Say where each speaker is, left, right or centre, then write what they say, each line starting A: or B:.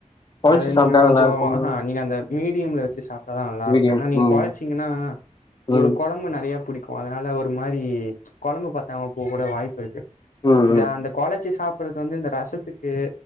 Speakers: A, on the left (about 30°); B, on the left (about 85°).
A: கொழச்சு
B: அது
A: சாப்ட்டா
B: நீங்க கொஞ்சோ
A: நல்லா இருக்குமா
B: அஹ்ஹ நீங்க அந்த மீடியம்ல வச்சு சாப்ட்டாதா நல்லா இருக்கு
A: மீடியம்
B: ஏன்னா நீங்க
A: ம்
B: கொழச்சீங்கன்னா
A: ம்
B: உங்ளுக்கு குழம்பு நெறைய புடிக் அதனால ஒரு மாரி கொழம்பு பத்தாம போக கூட வாய்
A: ம்
B: இத
A: ம்
B: அந்த கொளச்சி சாப் <unintelligible> வந்து இந்த ரசத்துக்கு